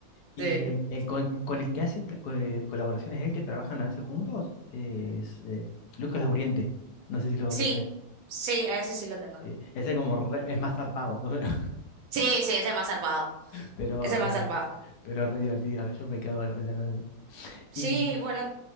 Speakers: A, on the left; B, on the right.
A: Y
B: Sí.
A: el, el con, con el que hace t- co- eh, colaboraciones, él que trabajan a veces juntos, eh, es eh, Lucas Lauriente. No sé si lo,
B: Sí,
A: lo tenés.
B: sí, a ese sí lo tengo.
A: Eh, ese como re- es más zarpado, <laughs> pero,
B: Sí, sí, ese es más zarpado.
A: pero,
B: Ese es
A: eh,
B: más zarpado.
A: pero es re divertido. Yo me quedo de la risa con él.
B: Sí,
A: Y
B: bueno,